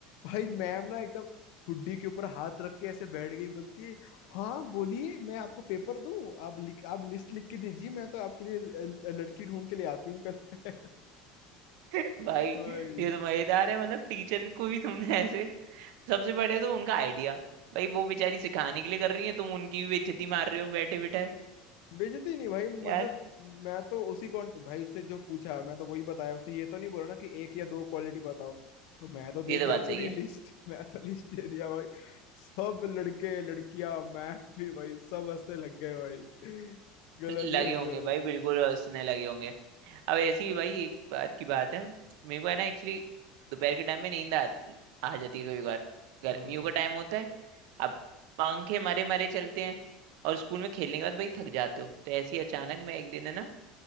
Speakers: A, on the left; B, on the right.
A: भाई मैम ना एकदम ठुड्डी के ऊपर हाथ रख के ऐसे बैठ गई बोलती है, हाँ बोलिए मैं आपको पेपर दूं आप लिख आप लिस्ट लिख के दीजिए मैं तो आपके लिए अ, लड़की ढूंढ के ले आती हूँ कल <laughs>
B: <laughs> भाई
A: भाई
B: ये तो मजेदार है मतलब टीचर भी को भी तुमने ऐसे सबसे बड़े तो उनका आइडिया भाई वो बेचारी सिखाने के लिए कर रही है तुम उनकी भी बेइज्जती मार रहे हो बैठे बिठाए
A: बेइज्जती नहीं भाई मतलब
B: यार
A: मैं तो उसी कॉन्ट भाई उसने जो पूछा मैं तो वही बताया उसने ये तो नहीं बोला ना कि एक या दो क्वालिटी बताओ तो मैं तो दे
B: ये तो
A: दिया
B: बात सही
A: पूरी
B: है
A: लिस्ट <laughs> मैं तो लिस्ट दे दिया भाई सब लड़के लड़कियां मैं भी भाई सब हंसने लग गए भाई <laughs> गलत
B: लगे
A: ही हंस
B: होंगे
A: गए
B: भाई
A: थे
B: बिल्कुल हंसने लगे होंगे अब ऐसी ही भाई एक बार की बात है मेरे को है ना एक्चुअली दोपहर के टाइम में नींद आ, आ जाती है कभी कभार गर्मियों
A: हाँ
B: का टाइम होता है अब पंखे मरे मरे चलते हैं और स्कूल में खेलने के बाद भाई थक जाते हो तो ऐसे ही अचानक मैं एक दिन है ना